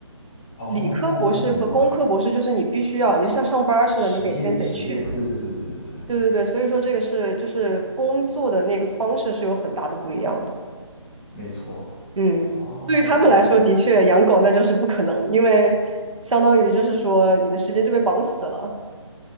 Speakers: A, on the left; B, on the right.
A: 哦，
B: 理科博士和工科博士就是你必须要，
A: 我明白了，
B: 你就像上班儿似的，
A: 实践实践，
B: 你每天得去。
A: 对对对对对对对，
B: 对对对，所以说这个是就是工作的那个方式是有很大的不一样的。
A: 没错。
B: 嗯，
A: 哦，
B: 对于他们来说，
A: 那更。
B: 的确养狗那就是不可能，因为相当于就是说你的时间就被绑死了。